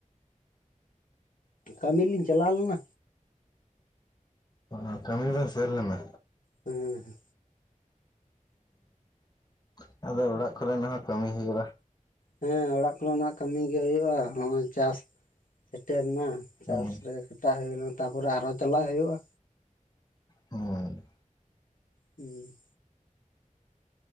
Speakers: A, on the left; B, on the left.
A: ᱠᱟᱹᱢᱤ ᱞᱤᱧ ᱪᱟᱞᱟᱣ ᱞᱮᱱᱟ
B: ᱚᱱᱟ ᱠᱟᱹᱢᱤ ᱨᱮ ᱥᱮᱱ ᱞᱮᱱᱟ᱾
A: ᱦᱩᱸ ᱦᱮ᱾
B: <inaudible> ᱟᱫᱚ ᱚᱲᱟᱜ ᱠᱚᱨᱮᱱᱟᱜ ᱦᱚᱸ ᱠᱟᱹᱢᱤ ᱦᱩᱭᱩᱜᱼᱟ᱾
A: ᱦᱮᱸ ᱚᱲᱟᱜ ᱠᱚᱨᱮᱱᱟᱜ ᱠᱟᱹᱢᱤᱭ ᱜᱮ ᱦᱩᱭᱩᱜᱼᱟ ᱱᱚᱜᱼᱚᱭ ᱪᱟᱥ ᱥᱮᱴᱮᱨ ᱮᱱᱟ ᱪᱟᱥ
B: ᱦᱩᱸ
A: ᱨᱮ ᱥᱮᱛᱟᱜ ᱦᱩᱭᱱᱟ ᱛᱟᱯᱚᱨᱮ ᱟᱨᱦᱚᱸ ᱪᱟᱞᱟᱜ ᱦᱩᱭᱩᱜᱼᱟ᱾
B: ᱦᱮᱸ᱾
A: ᱩᱸ᱾